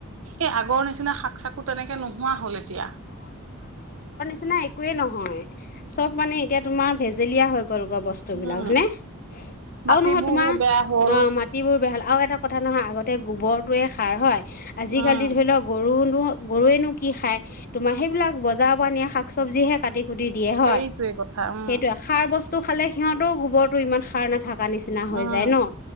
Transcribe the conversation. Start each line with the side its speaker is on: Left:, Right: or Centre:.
Right: এই আগৰ নিচিনা শাক-চাকো তেনেকে নোহোৱা হ'ল এতিয়া।
Left: নাই একোৱে নহয় চব মানে এতিয়া তোমাৰ ভেজেলীয়া হৈ গল গ বস্তু
Right: উম,
Left: বিলাক হায়নে?
Right: মাটিবোৰহে
Left: আৰু নহয় তোমাৰ
Right: বেয়া হ'ল।
Left: অ' মাটিবোৰ বেয়া হল আৰু এটা কথা নহয় আগত তে গোবৰটোৱে সাৰ হয় আজিকালি
Right: উম,
Left: ধৰিলোৱা গৰু গৰুৱাইনো কি খাই তোমাৰ সেইবিলাক বজাৰপা নিয়া শাক চবজি কাতি কোটি দিয়ে হয়,
Right: সেইটোৱে কথা উম,
Left: সেইটোৱে সাৰ বস্তু ত ', খালে খিহঁতৰ গুবৰ্টো ইমান সাৰ নাথক কা নিচিনা হৈ
Right: উম,
Left: যায় ন,